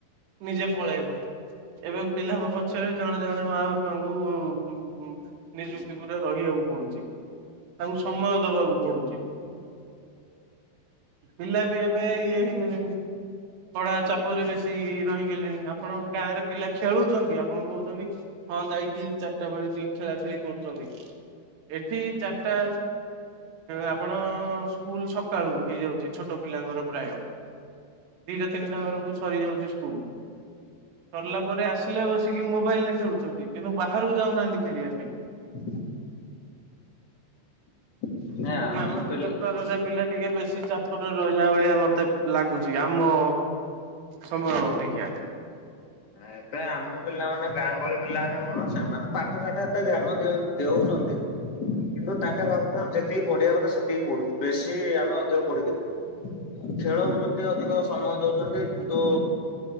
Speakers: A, on the right; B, on the left.
A: ନିଜେ ପଳାଇବ। ଏବେ ପିଲାଙ୍କ ପଛରେ ଜଣେ ଜଣେ ମା ବାପାଙ୍କୁ ନିଯୁକ୍ତି ପୁରା ରହିବାକୁ ପଡୁଛି, ତାଙ୍କୁ ସମୟ ଦବାକୁ ପଡୁଛି। ପିଲା ବି ଏବେ ଇଏ ହେଇଗଲେଣି ପଢା ଚାପରେ ବେଶି ରହିଗଲେଣି, ଆପଣଙ୍କ ଗାଁରେ ପିଲା ଖେଳୁଛନ୍ତି, ଆପଣ କହୁଛନ୍ତି ହଁ ଯାଇକି ଚାରଟା ବେଳେ ଟିକେ ଖେଳାଖେଳି କରୁଛନ୍ତି। ଏଠି ଚାରଟା ଆପଣ ସ୍କୁଲ ସକାଳୁ ହେଇଯାଉଛି, ଛୋଟ ପିଲାଙ୍କର ପ୍ରାୟ ଦିଇଟା ତିନିଟା ବେଳକୁ ସରିଯାଉଛି ସ୍କୁଲ। ସରିଲା ପରେ ଆସିଲେ ବସିକି ମୋବାଇଲରେ ଖେଳୁଛନ୍ତି। କିନ୍ତୁ ବାହାରକୁ ଯାଉନାହାନ୍ତି ଖେଳିବା ପାଇଁ
B: <inaudible> ଆମ
A: ମାନସିକ
B: ପିଲା
A: ସ୍ତରରେ ପିଲାଟିକେ ବେଶୀ ଚାପରେ ରହିଲା ଭଳିଆ ମତେ ଲାଗୁଛି ଆମ ସମୟ ଅପେକ୍ଷା
B: ଏବେ ଆମ ପିଲାମାନେ ଗାଁ ଗହଳି ପିଲାମାନେ। କଣ ସେମାନେ ପାଠ ସାଠ ଏ ଏତେ ଧ୍ୟାନ ଦିଅ ଦେଉଛନ୍ତି। କିନ୍ତୁ ତାଙ୍କେ ଭାବୁଥିବେ ଆମେ ଯେତିକି ପଢିବା କଥା ସେତିକି ପଢୁନୁ ବେଶୀ ଆମେ ଅଧିକ ପଢିଦେଲୁ। ଖେଳ ବୁଲରେ ଟିକେ ଅଧିକ ସମୟ ଦଉଛନ୍ତି କିନ୍ତୁ